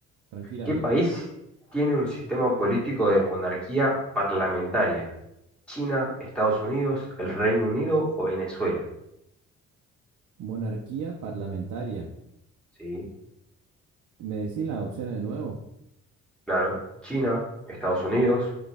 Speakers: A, on the right; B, in the centre.
A: tranquilamente.
B: ¿Qué país tiene un sistema político de monarquía parlamentaria? ¿China, Estados Unidos, el Reino Unido o Venezuela?
A: Monarquía parlamentaria.
B: Sí,
A: ¿Me decís las opciones de nuevo?
B: claro. China, Estados Unidos,